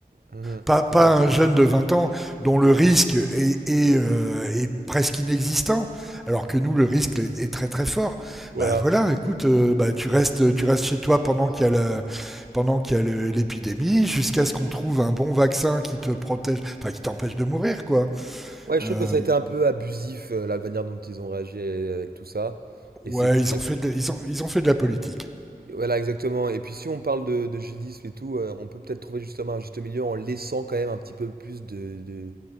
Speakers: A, on the right (about 75°); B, in the centre.
A: Mhm.
B: Pas, pas
A: Exactement.
B: un jeune de 20 ans dont le risque est, est, euh, est presque inexistant, alors que nous, le risque est, est très très fort.
A: Voilà.
B: Bah voilà, écoute, euh, bah, tu, restes, tu restes chez toi pendant qu'il y a la- pendant qu'il y a le- l'épidémie, jusqu'à ce qu'on trouve un bon vaccin qui te protège, enfin qui t'empêche de mourir, quoi.
A: Ouais, je
B: Euh,
A: trouve que ça a été un peu abusif, euh, la manière dont ils ont réagi avec tout ça. Et
B: ouais,
A: c'est très...
B: ils ont fait de, ils ont, ils ont fait de la politique.
A: Voilà, exactement. Et puis si on parle de, de gélisme et tout, euh, on peut peut-être trouver justement un juste milieu en laissant quand même un petit peu plus de, de,